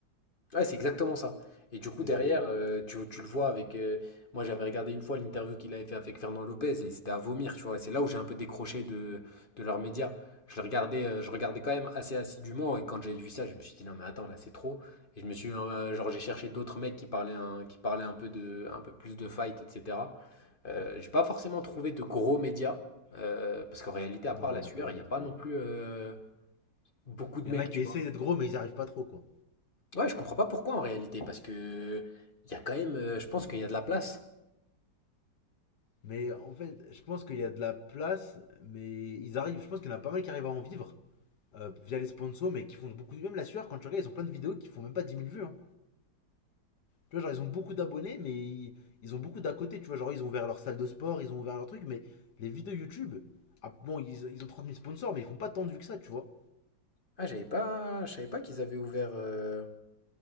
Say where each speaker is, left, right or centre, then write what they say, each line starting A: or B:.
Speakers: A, on the left; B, on the left.
A: Ouais, c'est exactement ça. Et du coup,
B: C'est.
A: derrière, euh, tu, tu le vois avec. euh, moi, j'avais regardé une fois l'interview qu'il avait fait avec Fernand Lopez et c'était à vomir, tu vois. Et C'est là où j'ai un peu décroché de, de leurs médias. Je le regardais, euh, je regardais quand même assez assidûment et quand j'ai vu ça, je me suis dit non, mais attends, là, c'est trop. Et je me suis. euh, genre, j'ai cherché d'autres mecs qui parlaient un, qui parlaient un peu, de, un peu plus de fight, etc. Euh, j'ai pas forcément trouvé de gros médias euh, parce qu'en réalité, à
B: Non,
A: part la
B: il n'y
A: sueur,
B: en a pas d'autres
A: il n'y a pas
B: gros.
A: non plus euh, beaucoup de
B: Il
A: mecs,
B: y en a qui
A: tu
B: essayent
A: vois.
B: d'être gros, mais ils n'y arrivent pas trop, quoi.
A: Ouais, je comprends pas pourquoi en réalité, parce que il y a quand même, euh, je pense qu'il y a de la place.
B: Mais en fait, je pense qu'il y a de la place, mais ils arrivent. Je pense qu'il y en a pas mal qui arrivent à en vivre euh, via les sponsors, mais qui font beaucoup. Même la sueur, quand tu regardes, ils ont plein de vidéos qui font même pas dix mille vues. hein. Tu vois, genre, ils ont beaucoup d'abonnés, mais ils, ils ont beaucoup d'à côté. Tu vois, genre, ils ont ouvert leur salle de sport, ils ont ouvert leur truc, mais les vidéos YouTube, ah, bon, ils, ils ont 30 000 sponsors, mais ils font pas tant de vues que ça, tu vois.
A: Ah, j'avais pas, je savais pas qu'ils avaient ouvert, euh,